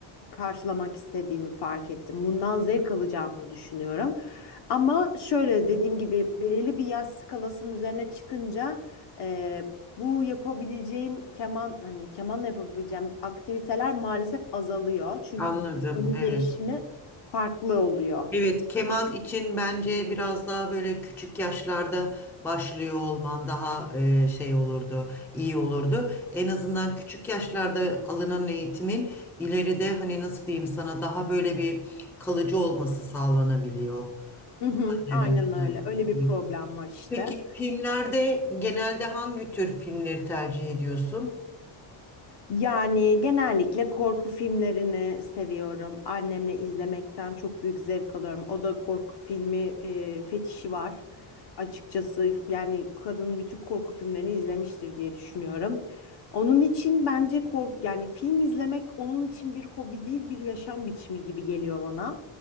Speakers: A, on the left; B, in the centre.
A: karşılamak istediğimi fark ettim. Bundan zevk alacağımı düşünüyorum. Ama şöyle dediğim gibi belirli bir yaş skalasının üzerine çıkınca eee, bu yapabileceğim keman hani kemanla yapabileceğim aktiviteler maalesef azalıyor. Çünkü
B: Anladım.
A: onun gelişimi
B: Evet.
A: farklı oluyor.
B: Evet, keman için bence biraz daha böyle küçük yaşlarda başlıyor olman daha e, şey olurdu, iyi olurdu. En azından küçük yaşlarda alınan eğitimin ileride hani nasıl diyeyim sana daha böyle bir kalıcı olması sağlanabiliyor.
A: Hı hı,
B: Ne
A: aynen
B: dersen.
A: öyle. Öyle bir
B: Evet.
A: problem var işte.
B: Peki filmlerde genelde hangi tür filmleri tercih ediyorsun?
A: Yani genellikle korku filmlerini seviyorum. Annemle izlemekten çok büyük zevk alıyorum. O da korku filmi e, fetişi var. Açıkçası yani kadın bütün korku filmlerini izlemiştir diye düşünüyorum. Onun için bence kork yani film izlemek onun için bir hobi değil bir yaşam biçimi gibi geliyor bana.